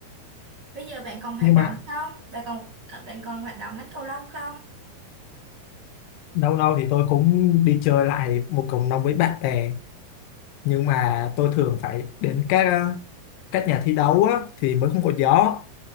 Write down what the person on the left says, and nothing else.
Nhưng
mà
lâu lâu thì tôi cũng đi chơi lại một cầu lông với bạn bè. Nhưng mà tôi thường phải đến các các nhà thi đấu á, thì mới không có gió